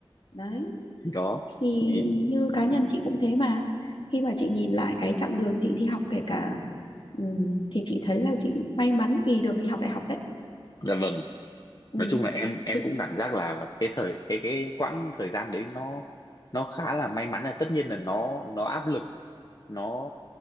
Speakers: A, on the left; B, on the left.
A: đấy
B: thì đó
A: thì
B: thì
A: như cá nhân chị cũng thế mà khi mà chị nhìn lại cái chặng đường chị đi học kể cả ừ, thì chị thấy là chị may mắn vì được đi học đại học đấy
B: dạ vâng
A: ừ
B: nói chung là em em
A: chứ
B: cũng cảm giác là cái thời cái cái quãng thời gian đấy nó nó khá là may mắn là tất nhiên là nó nó áp lực nó